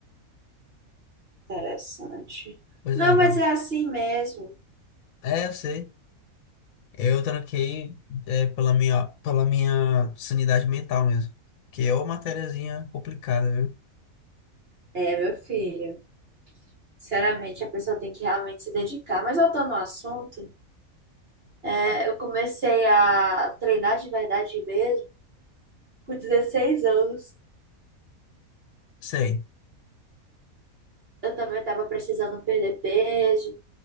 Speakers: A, on the right (about 45°); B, on the left (about 75°).
A: Interessante.
B: Pois
A: Não,
B: é, então.
A: mas é assim mesmo.
B: É, eu sei. Eu tranquei é, pela minha, pela minha sanidade mental mesmo. Que é uma matériazinha complicada, viu?
A: É, meu filho. Sinceramente, a pessoa tem que realmente se dedicar. Mas voltando ao assunto, é, eu comecei a treinar de verdade mesmo com dezesseis anos.
B: Sei.
A: Eu também estava precisando perder peso.